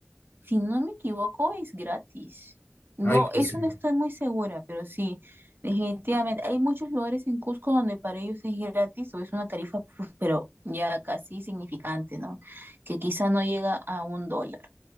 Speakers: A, on the right; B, on the left.
A: si no me equivoco, es gratis. No,
B: Ah, inclusive.
A: eso no estoy
B: <laughs>
A: muy segura, pero sí, definitivamente. Hay muchos lugares en Cusco donde para ellos es gratis o es una tarifa, <laughs> pues, pero ya casi significante, ¿no? Que quizá no llega a un dólar.